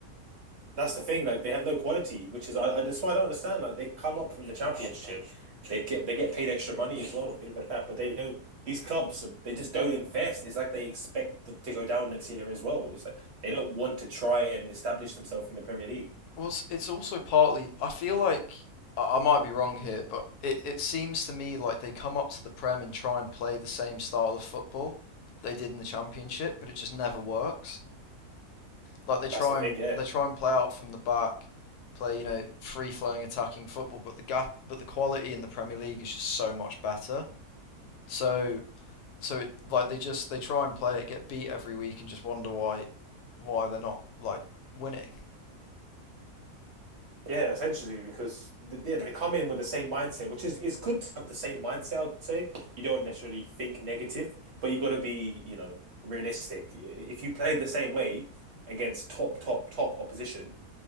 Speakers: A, on the right; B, on the left.
A: that's the thing. Like they have no quality, which is I, I that's why I don't understand. Like they come up from the championship, they get they get paid extra money as well and things like that. But they don't. These clubs they just don't invest. It's like they expect to, go down next year as well. It's like they don't want to try and establish themselves in the Premier League.
B: Well, it's, it's also partly. I feel like I, I might be wrong here, but it, it seems to me like they come up to the Prem and try and play the same style of football that they did in the Championship, but it just never works. Like they try
A: That's the thing.
B: and
A: Yeah,
B: they try and play out from the back, play you know free flowing attacking football, but the gap, but the quality in the Premier League is just so much better. So so it, like they just they try and play it, get beat every week, and just wonder why why they're not like winning.
A: yeah. Essentially, because yeah, they come in with the same mindset, which is is good to have the same mindset. I'd say you don't necessarily think negative, but you got to be you know realistic. If you play the same way against top top top opposition